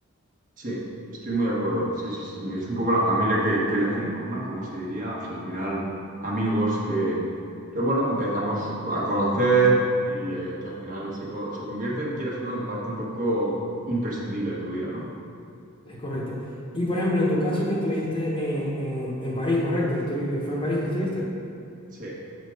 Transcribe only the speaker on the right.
Sí, estoy muy de acuerdo. Sí, sí, sí. Es un poco la familia que, que elegimos, ¿no? Como se diría, o sea, al final, amigos que, que bueno, empezamos a conocer y a- que al final se, co- se convierten, quieras o no, en parte un poco imprescindible de tu vida, ¿no?
Sí,